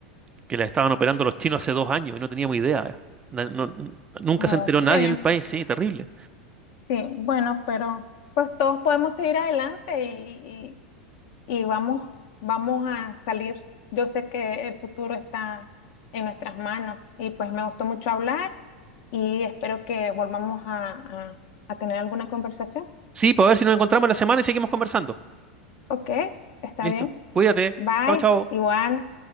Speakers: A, on the right; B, on the left.
A: que las estaban operando los chinos hace dos años y no teníamos idea. Na- no- n- nunca
B: No,
A: se enteró
B: sí,
A: nadie en el país, sí, terrible.
B: sí, bueno, pero pues todos podemos seguir adelante y, y- y vamos, vamos a salir. Yo sé que el futuro está en nuestras manos y pues me gustó mucho hablar y espero que volvamos a, a a tener alguna conversación.
A: Sí, pues a ver si nos encontramos la semana y seguimos conversando.
B: Ok, está
A: Listo.
B: bien.
A: Cuídate.
B: Bye,
A: Chao, chao.
B: igual.